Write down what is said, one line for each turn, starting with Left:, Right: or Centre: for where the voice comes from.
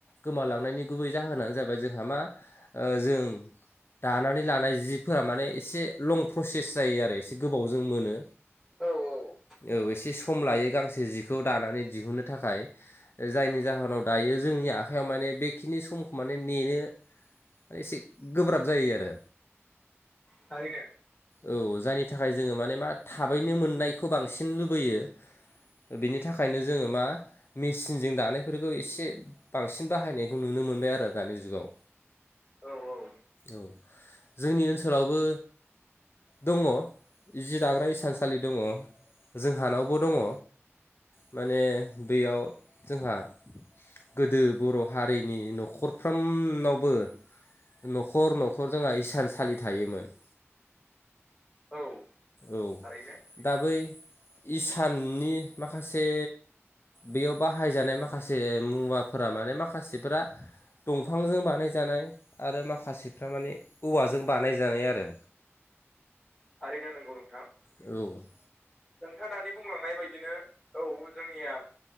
Left: गोमालांनायनि गुबै जाहोनानो जाबाय जोंहा मा जों दानानै लानाय जिफोरा माने एसे लं प्रसेस जायो आरो एसे गोबावजों जों मोनो।
Centre: औ औ
Left: औ एसे सम लायो गांसे जि खौ दानानै दिहुननो थाखाय जायनि जाहोनाव दायो जोंनि आखाइयाव माने बेखिनि समखौ माने नेनो एसे गोब्राब जायो आरो।
Centre: थारैनो
Left: औ जायनि थाखाय जोङो माने मा थाबैनो मोननायखौ बांसिन लुबैयो। बिनि थाखायनो जोङो मा मेसिनजों दानायफोरखौ एसे बांसिन बाहायनायखौ नुनो मोनबाय आरो दानि जुगाव।
Centre: औ औ।
Left: औ जोंनि ओनसोलावबो दङ' जि दाग्रा इसानसालि दङ' जोंहानावबो दङ'। माने बेयाव जोंहा गोदो बर' हारिनि न'खरफ्रामनावबो न'खर न'खर जोंहा इसानसालि थायोमोन।
Centre: औ
Left: औ,
Centre: थारैनो
Left: दा बै इसाननि माखासे बेयाव बाहायजानाय माखासे मुवाफोरा माने माखासेफोरा दंफांजों बानायजानाय आरो माखासेफ्रा माने औवाजों बानायजानाय आरो।
Centre: थारैनो नोंगौ नों
Left: औ
Centre: नोंथाङा दानि बुंलांनाय बायदिनो औ जोंनिया